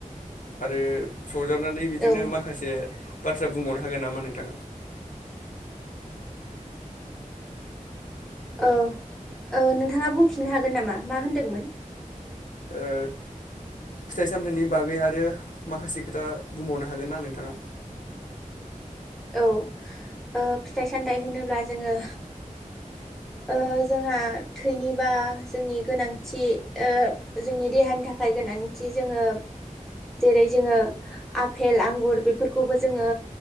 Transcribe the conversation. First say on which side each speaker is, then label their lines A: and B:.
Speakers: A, on the left (about 70°); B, in the centre.
A: आरो सजाबनानै बिदिनो
B: औ
A: माखासे बाथ्रा बुंबावनो हागोन नामा नोंथां?
B: औ ओ नोंथाङा बुंफिननो हागोन नामा? मा होनदोंमोन?
A: ओ फिथाइ सामथायाइनि बागै आरो माखासे खोथा बुंबावनो हागोन ना नोंथाङा?
B: औ ओ फिथाइ सामथाइ होनोब्ला जोङो ओ जोंहा थैनिबा जोंनि गोनांथि ओ जोंनि देहानि थाखाय गोनांथि जोङो जेरै जोङो आफेल, आंगुर बेफोरखौबो जोङो